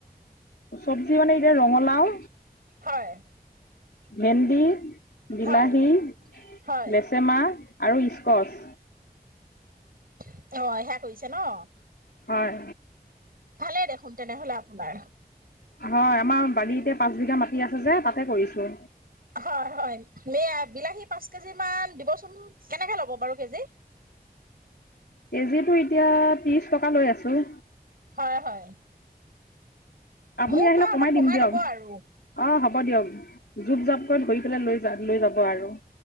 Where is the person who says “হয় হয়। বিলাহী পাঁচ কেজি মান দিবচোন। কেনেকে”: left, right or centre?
Right